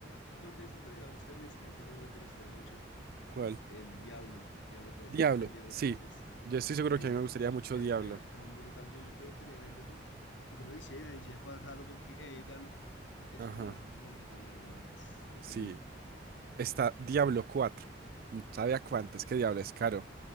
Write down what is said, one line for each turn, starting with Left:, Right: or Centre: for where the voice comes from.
Left: ¿Sabes cuál te, sabes cuál te iba a buscar en Steam que yo creo que te gustaría mucho?
Right: ¿Cuál?
Left: El Diablo, Diablo tres,
Right: Diablo,
Left: Uf, el Diablo
Right: sí.
Left: tres es
Right: Yo estoy seguro
Left: que,
Right: que a mí
Left: ju-
Right: me gustaría mucho
Left: que
Right: Diablo.
Left: juegas tan brutal. Yo, yo, yo lo tenía en el Xbox y yo me vicié, me vicié a jugar Halo porque, eh, Diablo, porque es
Right: Ajá,
Left: muy, muy entretenido, de ¿verdad? Es increíble.
Right: sí. Está Diablo cuatro Mm, ¿Sabe a cuánto? Es que Diablo es caro.